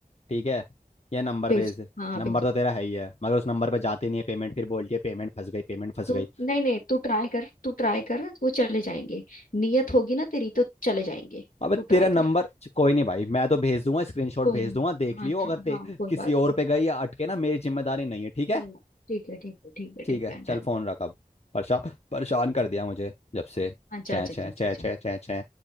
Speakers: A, on the left; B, on the left.
A: ठीक है या नंबर
B: भेज
A: भेज दे
B: हाँ
A: नंबर तो तेरा है ही है मगर उस नंबर पे जाती नहीं है पेमेंट फिर बोलती है पेमेंट फंस गई पेमेंट फंस
B: तू
A: गई
B: नहीं नहीं तू ट्राई कर तू ट्राई कर वो चले जाएंगे नियत होगी ना तेरी तो चले जाएंगे
A: अबे
B: तू
A: तेरा
B: ट्राई
A: नंबर
B: कर
A: कोई नहीं भाई मैं तो भेज दूंगा स्क्रीनशॉट
B: कोई
A: भेज
B: नहीं
A: दूंगा देख
B: हाँ
A: लियो
B: चल
A: अगर ते
B: हाँ कोई बात
A: किसी और
B: नहीं
A: पे गई या अटके ना मेरी जिम्मेदारी नहीं है ठीक
B: कोई
A: है
B: ना ठीक है ठीक है ठीक है
A: ठीक
B: ठीक
A: है
B: है
A: चल
B: डन
A: फोन रख अब परेशान परेशान कर दिया मुझे जब से
B: हाँ जा
A: चै
B: जा जा
A: चै चै
B: जा जा।
A: चै चै चै